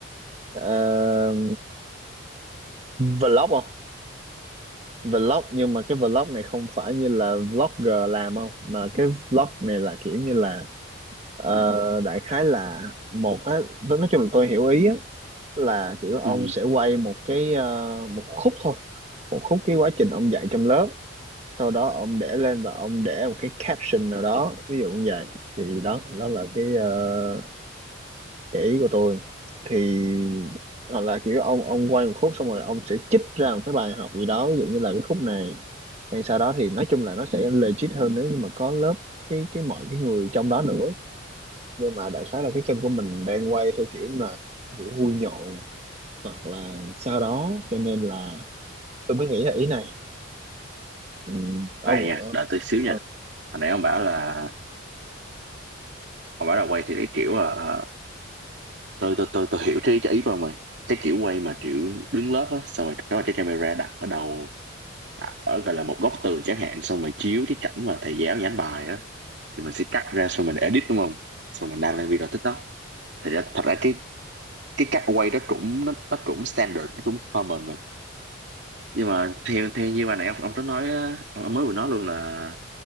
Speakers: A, on the right (about 30°); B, on the right (about 60°).
A: ờ, vlog không vlog nhưng mà cái vlog này không phải như là vlogger làm không mà cái vlog này là kiểu như là ờ, đại khái là một á nói chung là tôi hiểu ý á là kiểu ông
B: Ừ,
A: sẽ quay một cái ờ, một khúc thôi một khúc cái quá trình ông dạy trong lớp sau đó ông để lên và ông để một cái caption nào đó ví dụ như vậy thì đó đó là cái uh, cái ý của tôi thì hoặc là kiểu ông ông quay một khúc xong rồi ông sẽ chích ra một cái bài học gì đó ví dụ như là cái khúc này hay sau đó thì nói chung là nó sẽ legit hơn nếu như mà có lớp cái cái mọi cái người trong đó nữa nhưng mà đại khái là cái chân của mình đang quay theo kiểu là kiểu vui nhộn hoặc là sau đó cho nên là tôi mới nghĩ là ý này ừ, ông
B: khoan nha,
A: ờ,
B: đợi tôi xíu
A: ờ,
B: nha. Hồi nãy ông bảo là ông bảo là quay thì cái kiểu là ờ, tôi tôi tôi tôi hiểu cái, cái ý của ông rồi. Cái kiểu quay mà kiểu đứng lớp á, xong rồi có cái camera đặt ở đầu đặt ở gọi là một góc tường chẳng hạn, xong rồi chiếu cái cảnh mà thầy giáo giảng bài á thì mình sẽ cắt ra xong mình edit đúng không? Xong mình đăng lên video TikTok. Thật ra thật ra cái cái cách quay đó cũng nó, nó cũng standard, nó cũng common mà. Nhưng mà theo theo như bà nãy ông, ông có nói á, ông, ông mới vừa nói luôn là